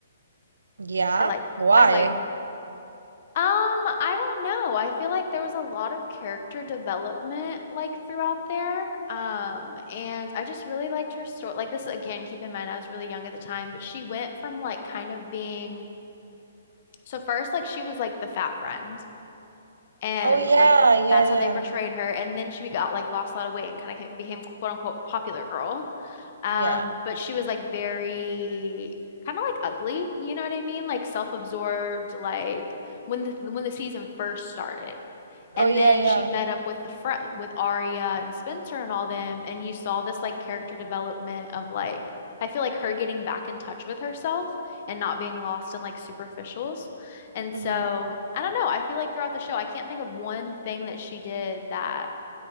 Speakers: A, on the right; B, on the left.
A: Yeah?
B: I like
A: Why?
B: I liked Um, I don't know. I feel like there was a lot of character development like throughout there. Um, and I just really liked her story. Like this again, keep in mind I was really young at the time, but she went from like kind of being so first like she was like the fat friend and
A: Oh yeah,
B: like
A: yeah,
B: that's
A: yeah.
B: how they portrayed her. And then she got like lost a lot of weight and kind of became quote unquote popular girl. Um,
A: Yeah.
B: but she was like very kind of like ugly, you know what I mean? Like self-absorbed, like when the when the season first started. And
A: Oh yeah,
B: then
A: yeah.
B: she met up with the fr with Arya and Spencer and all them, and you saw this like character development of like I feel like her getting back in touch with herself and not being lost in like superficials. And
A: Mm-hmm.
B: so I don't know. I feel like throughout the show, I can't think of one thing that she did that